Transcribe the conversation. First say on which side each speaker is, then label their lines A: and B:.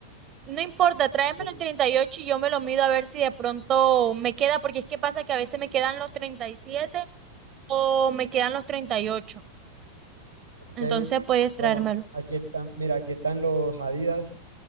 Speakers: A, on the right; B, on the right.
A: No importa, tráemelo
B: Sí.
A: en treinta y ocho y yo me lo mido a ver si de pronto me queda, porque es que pasa que a veces me quedan los 37 o me quedan los treinta y ocho
B: Ok,
A: Entonces puedes traérmelo.
B: bueno, aquí están, mira, aquí están los Adidas,